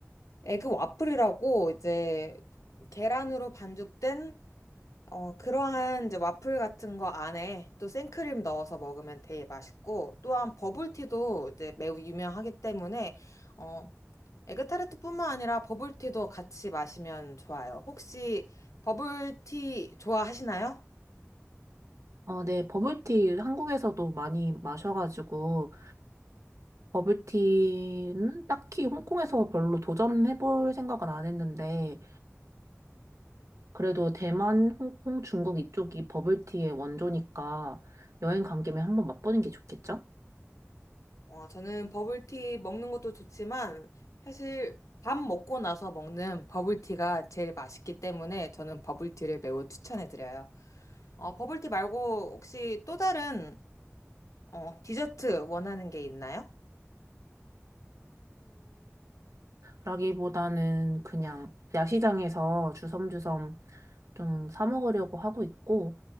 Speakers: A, on the left; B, on the right.
A: 에그 와플이라고 이제 계란으로 반죽된 어, 그러한 이제 와플 같은 거 안에 또 생크림 넣어서 먹으면 되게 맛있고 또한 버블티도 이제 매우 유명하기 때문에 어, 에그타르트뿐만 아니라 버블티도 같이 마시면 좋아요. 혹시 버블티 좋아하시나요?
B: 어, 네, 버블티 한국에서도 많이 마셔가지고, 버블티는 딱히 홍콩에서 별로 도전해볼 생각은 안 했는데, 그래도 대만, 홍콩, 중국 이쪽이 버블티의 원조니까 여행 간 김에 한번 맛보는 게 좋겠죠?
A: 어, 저는 버블티 먹는 것도 좋지만 사실 밥 먹고 나서 먹는 버블티가 제일 맛있기 때문에 저는 버블티를 매우 추천해드려요. 어, 버블티 말고 혹시 또 다른 어, 디저트 원하는 게 있나요?
B: 디저트라기보다는 그냥 야시장에서 주섬주섬 좀 사 먹으려고 하고 있고,